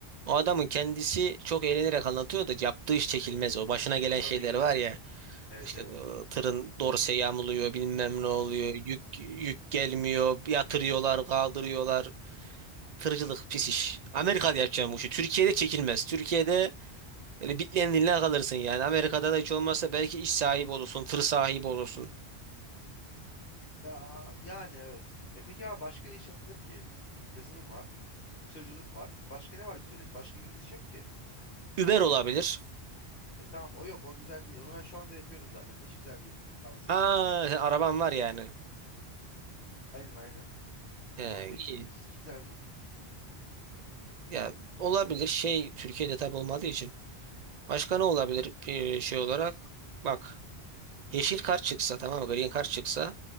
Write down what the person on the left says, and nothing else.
Tabii
ki
de evet.
Evet
evet.
Ya yani evet. E peki ya başka ne iş yapılır ki? Yazılım var. tırcılık var. Başka ne var güzel iş? Başka güzel iş yok ki.
E tamam o yok o güzel değil. Onu ben şu anda yapıyorum zaten. Hiç güzel değil. Tavsiye
etmem.
Aynen aynen.
Ama hiç,
hiç güzel değil.